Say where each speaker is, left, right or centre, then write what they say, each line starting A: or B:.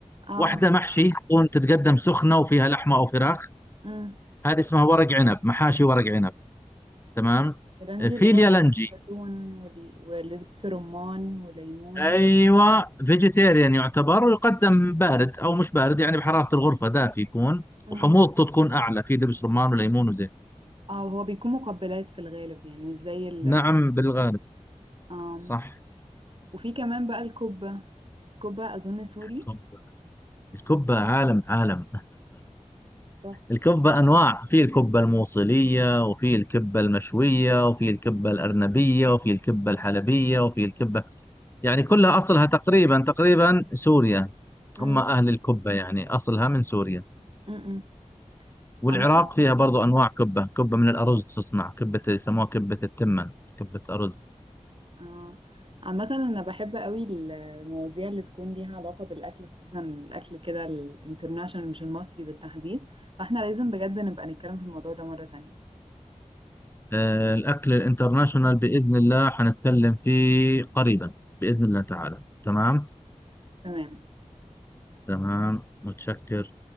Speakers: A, on the right; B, on the left.
A: اه
B: واحدة محشي تكون تتقدم سخنة وفيها لحمة أو فراخ
A: امم
B: هذه اسمها ورق عنب محاشي ورق عنب تمام
A: الرنجي
B: في
A: اللي هو
B: اليالنجي
A: الزيتون وال... ولبس رمان وليمون
B: ايوه فيجيتيريان يعتبر ويقدم بارد او مش بارد يعني بحراره الغرفه دافي يكون
A: امم
B: وحموضته تكون اعلى في دبس رمان وليمون وزيت
A: اه هو بيكون مقبلات في الغالب يعني مش زي ال
B: نعم بالغالب
A: آم.
B: صح
A: وفي كمان بقى الكبة الكبة أظن سوري
B: الكبة الكبة عالم عالم
A: تحفة.
B: الكبة أنواع في الكبة الموصلية وفي الكبة المشوية وفي الكبة الأرنبية وفي الكبة الحلبية وفي الكبة يعني كلها أصلها تقريبا تقريبا سوريا
A: مم.
B: هم أهل الكبة يعني أصلها من سوريا
A: مم.
B: والعراق
A: عامة
B: فيها برضو أنواع كبة كبة من الأرز تصنع كبة يسموها كبة التمن كبة أرز
A: آه. عامة أنا بحب قوي المواضيع اللي تكون ليها علاقة بالأكل خصوصا الأكل كده الانترناشونال مش المصري بالتحديد فاحنا لازم بجد نبقى نتكلم في الموضوع ده مرة تانية
B: آه، الأكل الانترناشونال بإذن الله حنتكلم فيه قريبا بإذن الله تعالى تمام
A: تمام
B: تمام متشكر